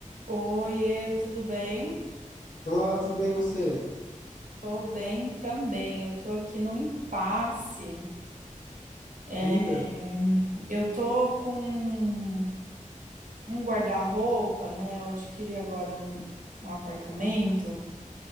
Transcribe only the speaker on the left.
Olá, tudo bem você?
Diga.